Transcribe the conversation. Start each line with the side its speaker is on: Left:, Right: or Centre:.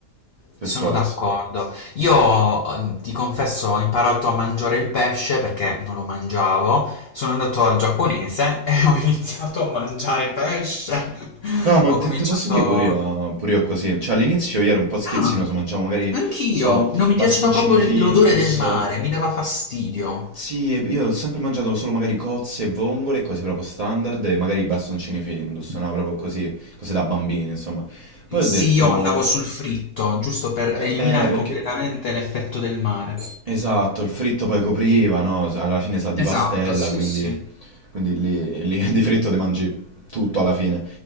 Right: per
Left: Sono
Right: forza.
Left: d'accordo. Io eh, ti confesso, ho imparato a mangiare il pesce perché non lo mangiavo. Sono andato al giapponese e <laughs> ho iniziato a mangiare pesce. <laughs>
Right: No, ma
Left: Ho
Right: te,
Left: cominciato...
Right: te posso dire pure io, pure io così. Cioè, all'inizio io ero un po' schizzinoso,
Left: Ah,
Right: mangiavo magari,
Left: anch'io.
Right: so,
Left: Non mi
Right: bastoncini
Left: piaceva proprio
Right: Findus.
Left: l- l'odore del mare, mi dava fastidio.
Right: Sì, e io ho sempre mangiato solo magari cozze e vongole, cose proprio standard, e magari bastoncini Findus, no? Proprio così, cose da bambini, insomma.
Left: Eh,
Right: Poi
Left: Sì,
Right: ho detto,
Left: io andavo sul fritto, giusto per
Right: eh,
Left: eliminare
Right: eh, perché...
Left: completamente l'effetto del mare.
Right: Esatto, il fritto poi copriva, no? Sa- Alla fine sa di
Left: Esatto,
Right: pastella,
Left: sì,
Right: quindi,
Left: sì.
Right: quindi lì, lì <laughs> di fritto ti mangi tutto alla fine.